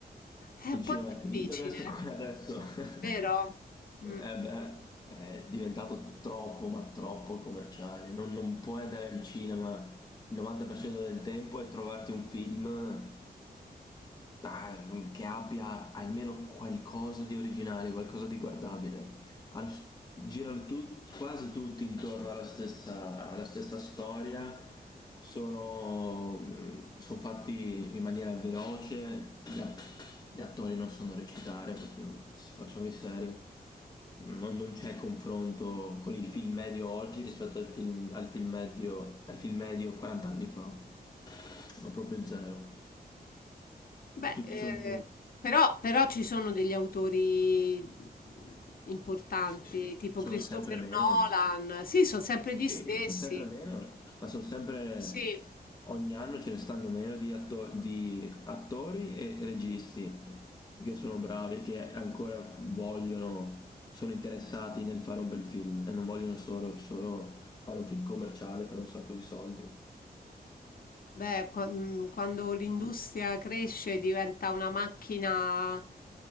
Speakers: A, on the left; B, on the left.
A: è un
B: Il cinema
A: po' difficile,
B: è finito adesso come adesso. <laughs>
A: vero? Mm.
B: Eh beh, è diventato troppo, ma troppo commerciale. Non, non puoi andare al cinema il 90% del tempo e trovarti un film. Ah, mm, che abbia almeno qualcosa di originale, qualcosa di guardabile. Hanno s- girano tu- quasi tutti intorno alla stessa, alla stessa storia, sono, mm, sono fatti in maniera veloce, gli, a- gli attori non sanno recitare, perché, mm, se facciamo i seri, non, non c'è confronto con il film medio oggi rispetto al film, al film medio, al film medio 40 anni fa, ma proprio zero.
A: Beh,
B: Tutti
A: eh,
B: sono
A: però, però ci sono degli autori importanti,
B: Sì,
A: tipo
B: sono
A: Christopher
B: sempre meno.
A: Nolan, sì, sono sempre gli
B: Sì,
A: stessi,
B: sono sempre meno, ma sono sempre
A: sì.
B: ogni anno ce ne stanno meno di, atto- di attori e registi che sono bravi, che ancora vogliono, sono interessati nel fare un bel film e non vogliono solo, solo fare un film commerciale, fare un sacco di soldi.
A: Beh, qua- mm, quando l'industria cresce diventa una macchina,